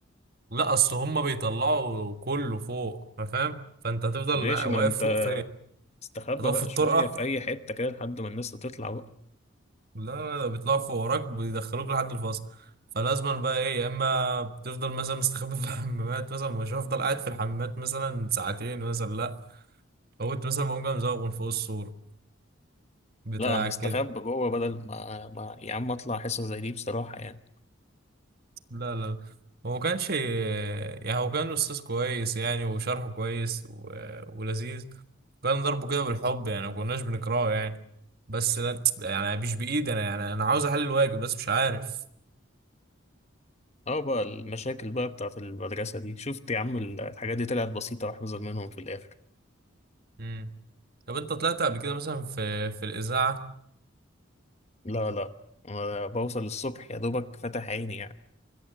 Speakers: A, on the right; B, on the left.
A: لا اصل هما بيطلعوا كله فوق أنت فاهم فانت هتفضل
B: ماشي
A: واقف
B: ما انت
A: فوق فين
B: استخبى
A: هتقف
B: بقى
A: في الطرقه
B: شويه في اي حته كده لحد ما الناس تطلع بقى
A: لا لا لا بيطلعوا فوق وراك بيدخلوك لحد الفصل فلازما بقى ايه يا اما بتفضل مثلا مستخبي في الحمامات مثلا مش هفضل قاعد في الحمامات مثلا ساعتين مثلا لا لو كنت مثلا بقوم جاي مزوغ من فوق السور بتاع
B: لا انا استخبى
A: كده
B: جوه بدل ما, ما يا عم اطلع حصه زي دي بصراحه يعني
A: لا لا لا هو ما كانش يعني هو كان استاذ كويس يعني وشرحه كويس و... ولذيذ كان ضربه كده بالحب يعني ما كناش بنكرهه يعني بس لا يعني مش بايدي انا يعني انا عاوز احل الواجب بس مش عارف
B: اه بقى المشاكل بقى بتاعت المدرسه دي شفت يا عم ال- الحاجات دي طلعت بسيطه واحذر منهم في الاخر
A: مم. طب انت طلعت قبل كده مثلا في في الاذاعه
B: لا لا أنا بوصل الصبح يا دوبك فاتح عيني يعني